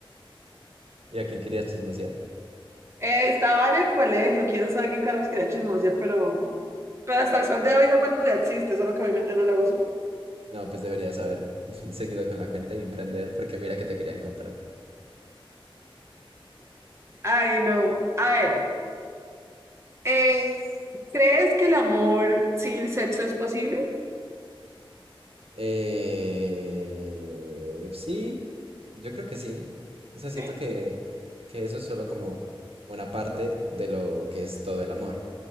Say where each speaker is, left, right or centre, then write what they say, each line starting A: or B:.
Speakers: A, on the right; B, on the right.
A: <laughs> ¿Y a quién querías chismosear?
B: Eh, estaba en el colegio, quién sabe quién carajos quería chismosear, pero, pero hasta el sol de hoy esa cuánto ya existe, solo que obviamente no la uso.
A: No, pues deberías haber <laughs> seguido con la cuenta y emprender porque mira que te querían comprar.
B: Ay, no. A ver, eh, ¿crees que el amor sin sexo es posible?
A: Eh, sí, yo creo que sí. O sea,
B: Sí.
A: siento que, que eso es solo como una parte de lo que es todo el amor.